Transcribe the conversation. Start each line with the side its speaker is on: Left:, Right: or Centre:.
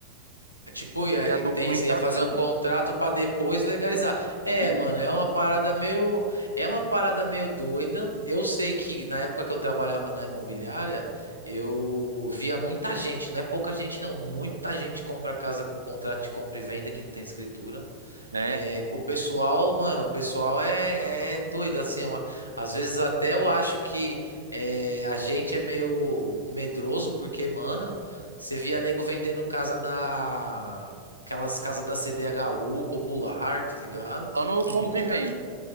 Left: É Tipo, ia,
Right: E a documentação.
Left: entende? Você ia fazer um contrato pra depois legalizar. É,
Right: Isso,
Left: mano, é uma parada meio, é uma parada meio doida. Eu sei que na época que eu trabalhava na imobiliária, eu via muita gente, não é pouca gente não, muita gente compra casa com contrato de compra e venda que não tem escritura.
Right: né?
Left: É, o pessoal, mano, o pessoal é, é doido, assim, eu- às vezes até eu acho que é, a gente é meio medroso, porque, mano, você via
Right: É.
Left: nego vendendo casa da... Aquelas casas da CDHU popular, tá ligado?
Right: Só no
Left: Tudo
Right: compra
Left: no contato
Right: e venda.